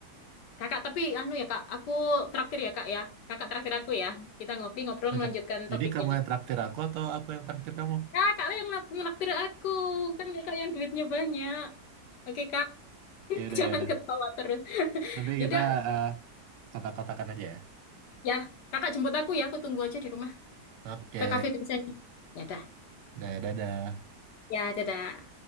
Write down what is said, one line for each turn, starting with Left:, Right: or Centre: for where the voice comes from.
Left: Kakak, tapi anu ya kak, aku traktir ya kak ya. Kakak traktir aku ya. Kita ngopi ngobrol
Right: Aja.
Left: melanjutkan topik
Right: jadi kamu
Left: ini.
Right: yang traktir aku atau aku yang traktir kamu
Left: Kakak lah yang melak- menraktir aku, kan kakak yang duitnya banyak. Oke kak, <laughs>
Right: ya udah
Left: jangan
Right: ya udah
Left: ketawa terus.
Right: nanti
Left: Yaudah,
Right: kita eh, kotak-kotakan aja ya
Left: ya kakak jemput aku ya, aku tunggu aja di rumah
Right: oke
Left: ke kafe biasanya. Ya dah,
Right: Nah, dadah
Left: ya dadah.